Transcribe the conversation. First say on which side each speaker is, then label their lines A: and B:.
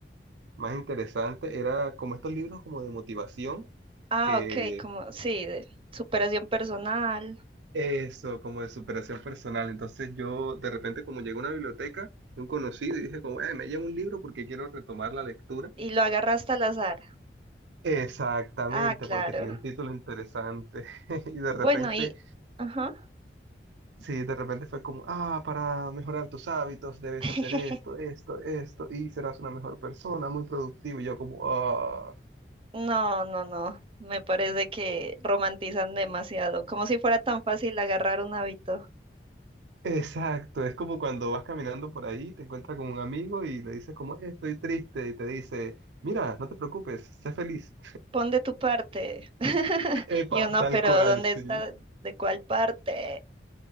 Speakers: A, on the right (about 85°); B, on the right (about 30°).
A: más interesante. Era como estos libros como de motivación
B: Ah,
A: que
B: ok, como, sí, de superación personal.
A: Eso, como de superación personal. Entonces yo de repente como llegué a una biblioteca de un conocido y dije como, eh, me llevo un libro porque quiero retomar la lectura.
B: Y lo agarraste al azar.
A: Exactamente,
B: Ah, claro.
A: porque tenía un título interesante. <laughs> Y de
B: Bueno,
A: repente,
B: y, ajá.
A: sí, de repente fue como, ah, para mejorar tus hábitos debes
B: <laughs>
A: hacer esto, esto, esto, y serás una mejor persona, muy productivo. Y yo como, ah.
B: No, no, no. Me parece que romantizan demasiado, como si fuera tan fácil agarrar un hábito.
A: Exacto, es como cuando vas caminando por ahí, te encuentras con un amigo y le dices como, "Eh, estoy triste, y te dice, mira, no te preocupes, sé feliz.
B: pon de tu parte. <laughs>
A: Epa,
B: Y uno,
A: tal
B: pero
A: cual,
B: ¿dónde
A: sí.
B: está? ¿De cuál parte?